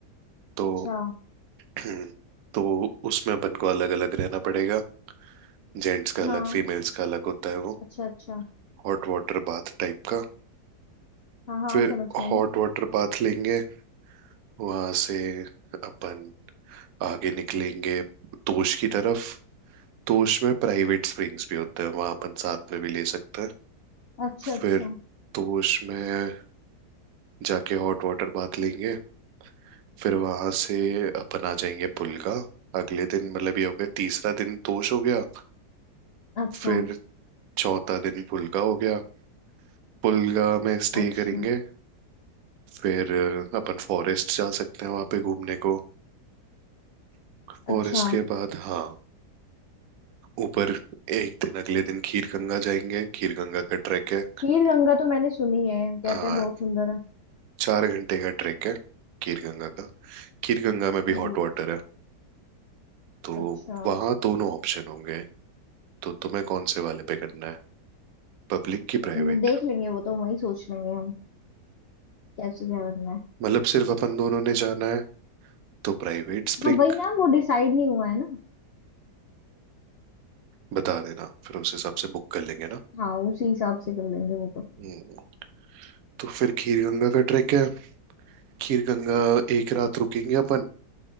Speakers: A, on the right; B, on the left.
A: तो
B: अच्छा
A: <clears throat> तो उसमें अपन को अलग अलग रहना पड़ेगा जेंट्स का अलग
B: हाँ
A: फीमेल्स का अलग होता है वो
B: अच्छा अच्छा
A: हॉट वाटर बाथ टाइप का
B: हाँ हाँ
A: फिर
B: समझ गई मैं
A: हॉट वाटर बाथ लेंगे वहां से अपन आगे निकलेंगे तोश की तरफ तोश में प्राइवेट स्प्रिंग्स भी होते हैं वहां अपन साथ में भी ले सकते हैं
B: अच्छा अच्छा
A: फिर तोश में जाके हॉट वाटर बाथ लेंगे फिर वहां से अपन आ जाएंगे पुलगा अगले दिन मतलब ये हो गया तीसरा दिन तोश हो गया
B: अच्छा
A: फिर चौथा दिन पुलगा हो गया पुलगा में स्टे
B: अच्छा
A: करेंगे फिर अ, अपन फॉरेस्ट जा सकते हैं वहां पे घूमने को फॉरेस्ट
B: अच्छा
A: के बाद हाँ ऊपर एक दिन अगले दिन खीरगंगा जाएंगे खीरगंगा का ट्रैक है
B: खीर गंगा तो मैंने सुनी है कहते
A: आ,
B: हैं बहुत सुंदर है
A: चार घंटे का ट्रैक है खीरगंगा का खीरगंगा में
B: ओ
A: भी हॉट वाटर है तो
B: अच्छा
A: वहाँ दोनों ऑप्शन होंगे तो तुम्हें कौन से वाले पे करना है पब्लिक की प्राइवेट
B: वो देख लेंगे वो तो वही सोच लेंगे हम कैसे क्या करना है
A: मतलब सिर्फ अपन दोनों ने जाना है तो प्राइवेट स्प्रिंग
B: हाँ वही ना वो डिसाइड नहीं हुआ है ना
A: बता देना फिर उस हिसाब से बुक कर लेंगे ना
B: हाँ उसी हिसाब से कर लेंगे वो तो
A: हम्म, तो फिर खीर गंगा का ट्रैक है खीर गंगा एक रात रुकेंगे अपन